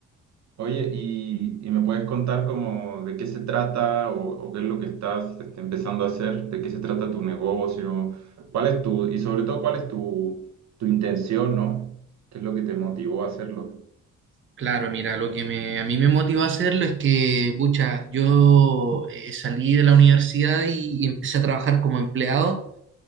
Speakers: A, on the right; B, on the right.
A: Oye, ¿y, y me puedes contar como de qué se trata o, o qué es lo que estás este, empezando a hacer? ¿De qué se trata tu negocio? ¿Cuál es tu, y sobre todo, cuál es tu, tu intención, ¿no? ¿Qué es lo que te motivó a hacerlo?
B: Claro, mira, lo que me, a mí me motivó a hacerlo es que, pucha, yo eh, salí de la universidad y y empecé a trabajar como empleado.